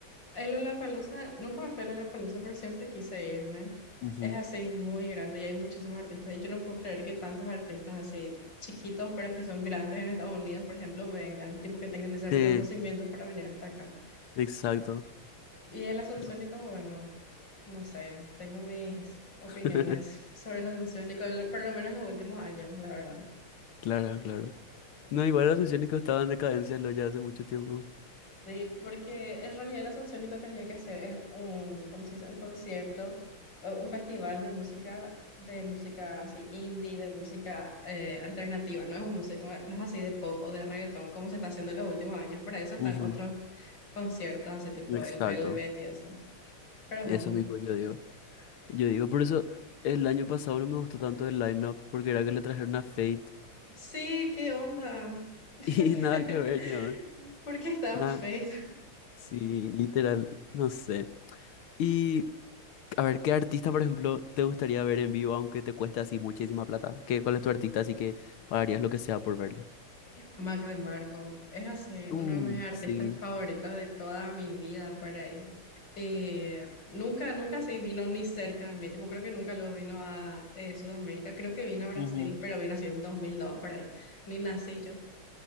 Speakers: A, on the left; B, on the left.
A: El Lollapalooza, nunca me fui al Lollapalooza, pero siempre quise irme.
B: Ujú.
A: Es así muy grande y hay muchísimos artistas. Y yo no puedo creer que tantos artistas así chiquitos, pero que son grandes en Estados Unidos, por ejemplo, vengan, tipo que tengan ese reconocimiento
B: Sí,
A: para venir hasta acá.
B: exacto.
A: Y el Asunciónico,
B: Yo-
A: bueno, no sé, tengo mis opiniones
B: <laughs>
A: sobre el Asunciónico, lo- por lo menos los últimos años, la verdad.
B: Claro, claro. No, igual los misiónicos estaban en decadencia lo ya hace mucho tiempo.
A: Sí, porque en realidad la el Asunciónico tenía que ser es un, ¿cómo se dice? Un concierto, o un festival de música, de música así indie, de música eh, alternativa. No es un muse- no es así de pop o de reggaetón como se está haciendo en los últimos años. Para eso están
B: Ujú,
A: otros conciertos, así tipo
B: Exacto.
A: el Velvet y eso. Pero
B: Eso
A: bueno,
B: mismo yo digo. Yo digo, por eso el año pasado no me gustó tanto el lineup, porque era que le trajeron a Fate
A: sí, ¿qué onda?
B: <laughs>
A: <laughs>
B: y
A: ¿Por qué,
B: nada que ver, ¿no?
A: <laughs> por qué estás
B: Nada,
A: feliz?
B: sí, literal, no sé. Y a ver, ¿qué artista, por ejemplo, te gustaría ver en vivo, aunque te cueste así muchísima plata? ¿Qué, cuál es tu artista? Así que pagarías lo que sea por verle.
A: Mac DeMarco, es así,
B: Uh,
A: uno de mis artistas
B: Sí.
A: favoritos de toda mi vida por ahí. Eh, nunca, nunca sí vino ni cerca de mí, tipo, creo que nunca lo vino a eh, Sudamérica, creo que vino a Brasil,
B: ujú.
A: pero vino así en 2002 por ahí, ni nací yo.